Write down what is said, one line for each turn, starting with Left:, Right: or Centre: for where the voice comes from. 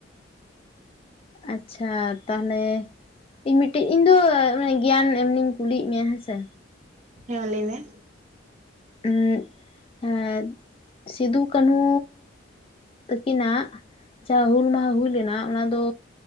Left: ᱟᱪᱪᱷᱟ ᱛᱟᱦᱚᱞᱮ ᱤᱧ ᱢᱤᱫᱴᱤᱡ ᱤᱧ ᱫᱚ ᱜᱮᱭᱟᱱ ᱮᱢᱱᱤᱧ ᱠᱩᱞᱤᱭᱮᱜ ᱢᱮᱭᱟ ᱦᱮᱸᱥᱮ᱾
Right: ᱦᱮᱸ ᱞᱟᱹᱭ ᱢᱮ ᱾
Left: ᱩᱜ ᱮᱜ ᱥᱤᱫᱩ ᱠᱟᱹᱱᱦᱩ ᱛᱟᱠᱤᱱᱟᱜ ᱡᱟᱦᱟᱸ ᱦᱩᱞ ᱢᱟᱦᱟ ᱦᱩᱭ ᱞᱮᱱᱟ ᱚᱱᱟ ᱫᱚ